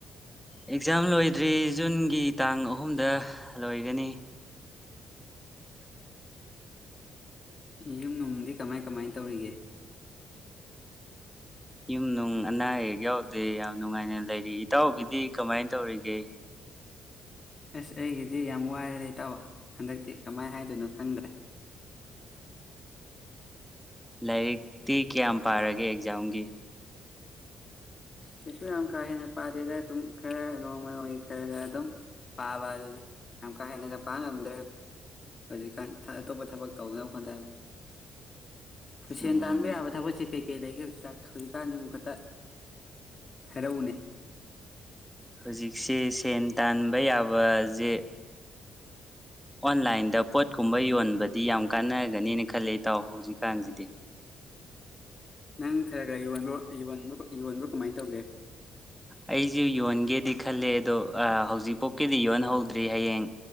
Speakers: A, in the centre; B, on the left.
A: ꯑꯦꯛꯖꯥꯝ ꯂꯣꯏꯗ꯭ꯔꯤ ꯖꯨꯟꯒꯤ ꯇꯥꯡ ꯑꯍꯨꯝꯗ ꯂꯣꯏꯒꯅꯤ
B: ꯌꯨꯝ ꯅꯨꯡꯗꯤ ꯀꯃꯥꯏ ꯀꯃꯥꯏ ꯇꯧꯔꯤꯒꯦ
A: ꯌꯨꯝꯅꯨꯡ ꯑꯅꯥ ꯑꯌꯦꯛ ꯌꯥꯎꯗꯦ ꯌꯥꯝ ꯅꯨꯡꯉꯥꯏꯅ ꯂꯩꯔꯤ ꯏꯇꯥꯎꯒꯤꯗꯤ ꯀꯃꯥꯏꯅ ꯇꯧꯔꯤꯒꯦ
B: ꯑꯁ ꯑꯩꯒꯤꯗꯤ ꯌꯥꯝ ꯋꯥꯏꯔꯦꯗꯥ ꯏꯇꯧ ꯍꯟꯗꯛꯇꯤ ꯀꯃꯥꯏꯅ ꯍꯥꯏꯗꯣꯏꯅꯣ ꯈꯪꯗ꯭ꯔꯦ
A: ꯂꯥꯏꯔꯤꯛꯇꯤ ꯀꯌꯥꯝ ꯄꯥꯔꯒꯦ ꯑꯦꯛꯖꯥꯝꯒꯤ
B: ꯀꯁꯨ ꯌꯥꯝ ꯀꯥ ꯍꯦꯟꯅ ꯄꯥꯗꯦꯗ ꯑꯗꯨꯝ ꯈꯔ ꯅꯣꯡꯃ ꯅꯣꯡꯃꯒꯤ ꯈꯔ ꯈꯔ ꯑꯗꯨꯝ ꯄꯥꯕ ꯑꯗꯨꯅꯤ ꯌꯥꯝ ꯀꯥ ꯍꯦꯟꯅꯒ ꯄꯥꯕ ꯉꯝꯗ꯭ꯔꯦ ꯍꯧꯖꯤꯛꯀꯥꯟ ꯑꯇꯣꯞꯄ ꯊꯕꯛ ꯇꯧꯅꯕ ꯍꯣꯠꯅ ꯕꯗꯥ ꯁꯦꯟ
A: ꯎꯝ
B: ꯇꯥꯟꯕ ꯊꯥꯕꯁꯤ ꯊꯕꯛꯁꯤ ꯀꯩ ꯀꯩ ꯂꯩꯒꯦ ꯍꯧꯖꯤꯛ ꯍꯧꯖꯤꯛꯀꯥꯟꯁꯤꯕꯨ ꯈꯤꯇ ꯍꯥꯏꯔꯛꯎꯅꯦ
A: ꯍꯧꯖꯤꯛꯁꯦ ꯁꯦꯟ ꯇꯥꯟꯕ ꯌꯥꯕꯖꯦ ꯑꯣꯟꯂꯥꯏꯟꯗ ꯄꯣꯠꯀꯨꯝꯕ ꯌꯣꯟꯕꯗꯤ ꯌꯥꯝ ꯀꯥꯟꯅꯒꯅꯤꯅ ꯈꯜꯂꯦ ꯏꯇꯥꯎ ꯍꯧꯖꯤꯛꯀꯥꯟꯁꯤꯗꯤ
B: ꯅꯪ ꯈꯔ ꯈꯔ ꯌꯣꯟꯕꯣ ꯌ ꯌꯣꯟꯕ꯭ꯔꯣ ꯀꯃꯥꯏꯅ ꯇꯧꯒꯦ
A: ꯑꯩꯁꯨ ꯌꯣꯟꯒꯦꯗꯤ ꯈꯜꯂꯦ ꯑꯗꯣ ꯍꯧꯖꯤꯛ ꯄꯨꯛꯀꯤꯗꯤ ꯌꯣꯟ ꯍꯧꯗ꯭ꯔꯤ ꯍꯌꯦꯡ